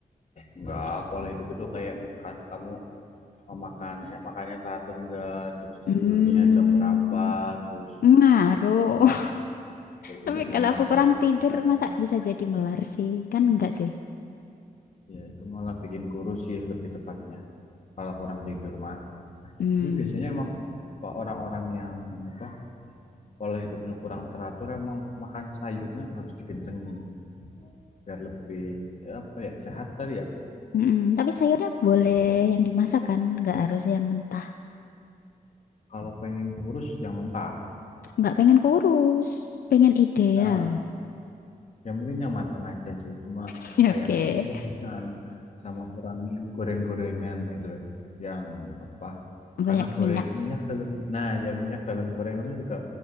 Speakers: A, on the left; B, on the left.
A: enggak pola hidup itu kayak misalkan kamu makan makannya teratur enggak terus tidurnya
B: Hmm,
A: jam berapa terus
B: ngaruh.
A: ntar
B: Tapi
A: itu bukan
B: kalau
A: ngaruh
B: aku kurang
A: lagi
B: tidur,
A: ngaruh
B: masa
A: banget
B: bisa jadi melar sih? Kan enggak sih.
A: ya itu malah bikin kurus sih lebih tepatnya kalau kurang tidur mah
B: Hmm.
A: tapi biasanya emang apa orang-orang yang apa pola hidupnya kurang teratur emang makan sayurnya harus dikencengin biar lebih ya apa ya sehat kali ya
B: Mm-mm. Tapi sayurnya
A: gitu.
B: boleh yang dimasak kan, nggak harus yang mentah.
A: Kalau pengen kurus yang mentah.
B: nggak pengen kurus, pengen ideal.
A: Nah, ya mungkin yang mateng aja sih. Cuma
B: <laughs>
A: kayak
B: Oke,
A: rebus-rebusan sama kurangi yang goreng-gorengan gitu loh. Yang apa?
B: banyak
A: Karena goreng
B: minyak.
A: minyak dalam nah ya minyak dalam gorengan itu juga